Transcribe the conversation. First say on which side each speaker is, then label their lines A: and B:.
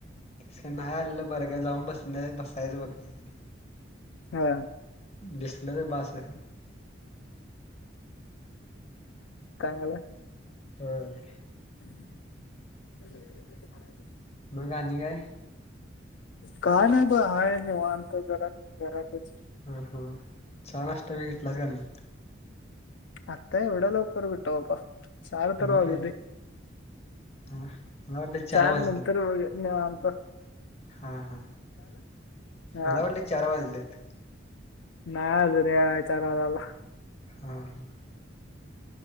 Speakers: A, on the left (about 35°); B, on the left (about 75°).
A: तस का नाही आलेलं बरं काय जाऊन बस बसायचं बघते
B: हा
A: बस्ले तर बास
B: चांगला
A: हम
B: हम्
A: मग गांध का आहे
B: काय ना ब हाय वानत जरा जराातच
A: ह चहा नास्टा वेगितला का नाही
B: आता एवढ लोक कररबटवप सार तरवागदी
A: मग काय हा मला वाटलं
B: चार
A: वाजले
B: नंतर वमंत
A: हा हा
B: हा
A: मला वाटले चार वाजलेत
B: ना अज नयचारवला
A: हम हम